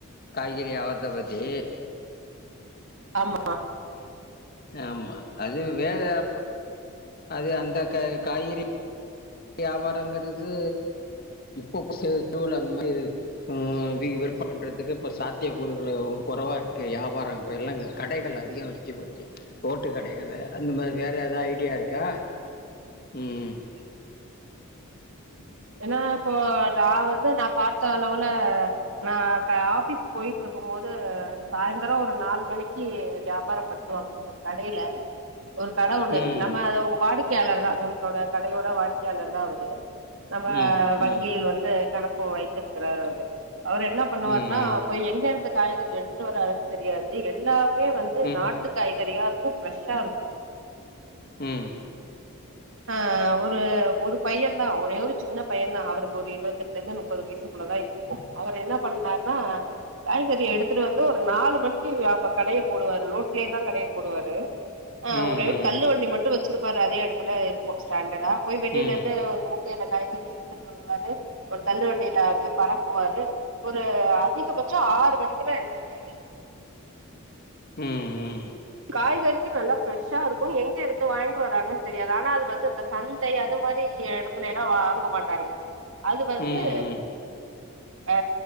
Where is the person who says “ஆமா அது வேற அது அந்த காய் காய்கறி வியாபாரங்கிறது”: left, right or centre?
Left